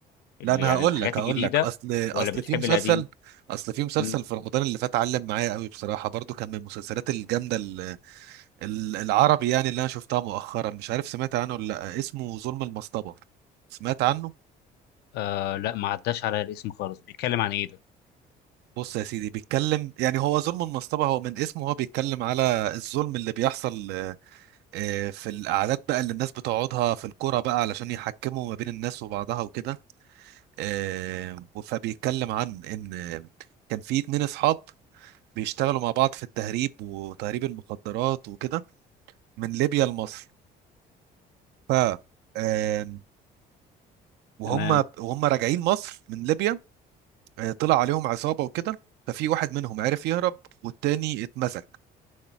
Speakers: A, on the left; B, on the right.
A: ال-
B: لا انا
A: يعني
B: هقول
A: الحاجات
B: لك هقول
A: الجديده
B: لك اصل اصل
A: ولا بتحب
B: في مسلسل
A: القديم؟
B: اصل في مسلسل
A: مم.
B: في رمضان اللي فات علم معايا قوي بصراحه برضو كان من المسلسلات الجامده ال- ال- العربي يعني اللي انا شفتها مؤخرا مش عارف سمعت عنه ولا لا اسمه ظلم المصطبه سمعت عنه
A: آه لا ما عداش على الاسم خالص بيتكلم عن ايه ده؟
B: بص يا سيدي بيتكلم يعني هو ظلم المصطبة هو من اسمه هو بيتكلم على الظلم اللي بيحصل آه، في القعدات بقى اللي الناس بتقعدها في الكرة بقى علشان يحكموا ما بين الناس وبعضها وكده آه، فبيتكلم عن إن كان في اتنين أصحاب بيشتغلوا مع بعض في التهريب وتهريب المخدرات وكده من ليبيا لمصر ف آه، وهم
A: تمام
B: وهم راجعين مصر من ليبيا آه، طلع عليهم عصابة وكده ففي واحد منهم عرف يهرب والتاني اتمسك